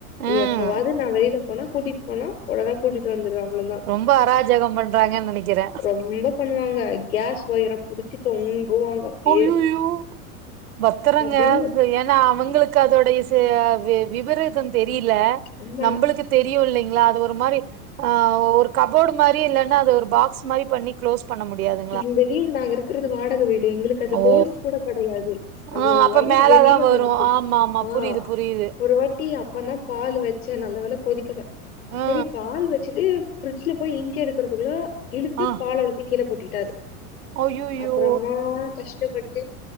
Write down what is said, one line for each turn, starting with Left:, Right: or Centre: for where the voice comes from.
Right: ம்
Left: எப்பவாது நா வெளில போனா கூட்டிட்டு போனா ஒழுங்கா கூட்டிட்டு வந்துருவே அவ்ளதா
Right: ரொம்ப அராஜகம் பண்றாங்கன்னு நெனைக்கிறே
Left: ரொம்ப பண்ணுவாங்க கேஸ் ஒயற புடிச்சு தொங்குவாங்க அப்டியே
Right: அய்யய்யோ பத்தரங்க
Left: அப்டியே
Right: ஏன்னா அவுங்களுக்கு அதோட ஸ்சு வி விபரீதம் தெரியில
Left: அம்மா
Right: நம்பளுக்கு தெரியு இல்லைங்ளா அது ஒரு மாரி அ ஒரு கபோடு மாரி இல்லன்னா அது ஒரு பாக்ஸ் மாரி பண்ணி க்ளோஸ் பண்ண முடியாது
Left: இந்த வீடு நாங்க இருக்கறது வாடக வீடு எங்களுக் கது
Right: ஓ
Left: ஹோல்ஸ் கூட கெடையாது அந்த
Right: ஆ அப்ப
Left: ஒயர்
Right: மேலதா
Left: வெளில
Right: வரு
Left: வருது
Right: ஆமா ஆமா
Left: ஆங்
Right: புரியுது புரியுது
Left: ஒருவாட் ட்டி அப்பனா பால் வச்சன் நல்ல வேல கொதிக்கல
Right: ஆ
Left: சரி பால் வச்சுட்டு ஃப்ரிஜ்ல போயி இஞ்சி எடுக்குறதுக்குள்ள இழுத்து
Right: ஆ
Left: பால அவ்ளத்தயு கீழ கொட்டிட்டாரு
Right: அய்யய்யோ
Left: அப்பறமா கஷ்டபட்டு